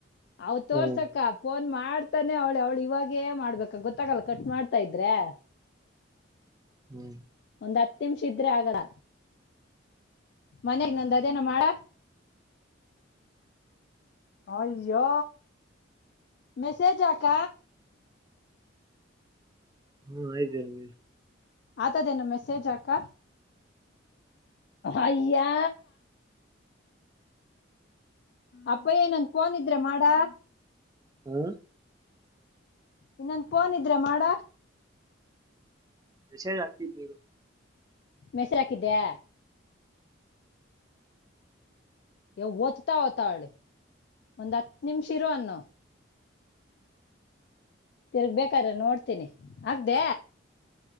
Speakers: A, on the left (about 55°); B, on the right (about 20°).
A: ಅವ ತೋರ್ಸಕ್ಕ
B: ಹ್ಮ್
A: ಫೋನ್ ನನ್ ಮಾಡ್ತಾನೆ ಅವಳೆ ಅವ್ಳು ಇವಾಗೇ ಮಾಡ್ಬೇಕ ಗೊತ್ತಾಗಲ್ಲ ಕಟ್ ಮಾಡ್ತಾ ಇದ್ರೆ
B: ಹ್ಮ್
A: ಒಂದ್ ಹತ್ತು ನಿಮಿಷ ಇದ್ರೆ ಆಗಲ್ಲ ಮನೆಗ್ ನಂದು ಅದೇನ ಮಾಡ ಹಯ್ಯ ಮೆಸೇಜ್ ಆಕ
B: ಹ್ಮ್ ಆಯ್ತ ಅಗೆ
A: ಆತದೇನು ಮೆಸೇಜ್ ಹಾಕ ಅಯಯಾ ಅಪ್ಪಯ್ಯಏನಂದು ಫೋನ್ ಇದ್ರೆ ಮಾಡಾ
B: ಹ್ಮ್
A: ಇನ್ನೊಂದು ಫೋನ್ ಇದ್ರೆ ಮಾಡ
B: ಎಷ ಹಾಕರು
A: ಮೆಸರ್ ಹಾಕಿದ್ದ್ಯಾ ಯ ಓ್ತ ಓತಾವಳಿ ಒಂದ್ ಹತ್ ನಿಮಿಷ ಇರುವ ಅನ್ನು ತಿರ್ಗ್ಬೇಕಾದ್ರೆ ನೋಡ್ತೀನಿ ಆಗ್ದ